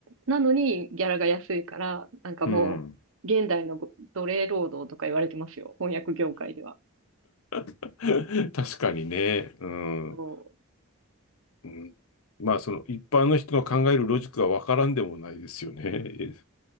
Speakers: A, on the right; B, on the left.
A: なのにギャラが安いから、なんかもう、
B: うん。
A: 現代のご奴隷労働とか言われてますよ。翻訳業界では。
B: <laughs> 確かにね。うん、
A: そ
B: うん。まあ、その一般の人の考えるロジックはわからんでもないですよね。